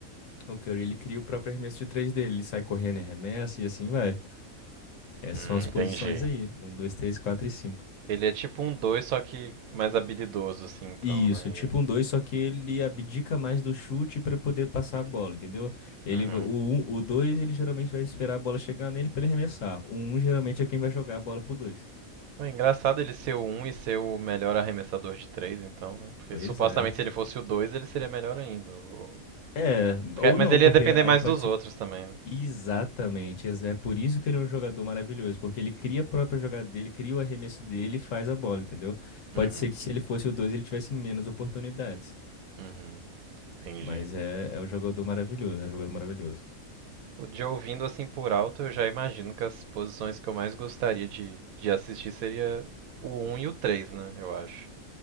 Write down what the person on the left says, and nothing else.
O Curry, ele cria o próprio arremesso de três dele, ele sai correndo e arremessa e assim vai. Essas
são as posições
aí, um, 2, 3, 4 e 5.
Isso,
tipo um 2, só que ele abdica mais do chute para poder passar a bola, entendeu? Ele,
va- o um- o 2, ele geralmente vai esperar a bola chegar nele para ele arremessar. O 1 geralmente é quem vai jogar a bola pro dois.
Pois
é.
É,
ou
não,
porque
aí
pode
ser.
Exatamente. ex- É por isso que ele é um jogador maravilhoso, porque ele cria a própria jogada dele, cria o arremesso dele e faz a bola, entendeu? Pode
ser que se ele fosse o 2, ele tivesse menos oportunidades.
Mas é, é um jogador maravilhoso, é um jogador maravilhoso.